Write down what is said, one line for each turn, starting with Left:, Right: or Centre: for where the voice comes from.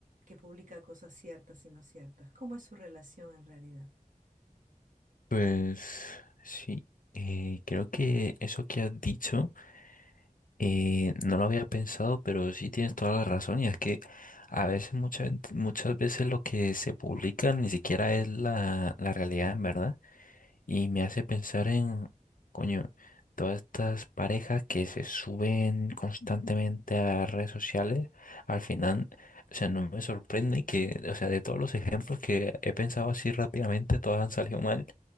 Right: que publica cosas ciertas y no ciertas? ¿Cómo es su relación en realidad?
Left: Pues sí, eh, creo que eso que has dicho eh, no lo había pensado, pero sí tienes toda la razón y es que a veces, mucha, gente- muchas veces lo que se publica ni siquiera es la, la realidad, en verdad. Y me hace pensar en, coño, todas estas parejas que se suben constantemente a redes sociales, al final, o sea, no me sorprende que, o sea, de todos los ejemplos que he pensado así rápidamente, todas han salido mal.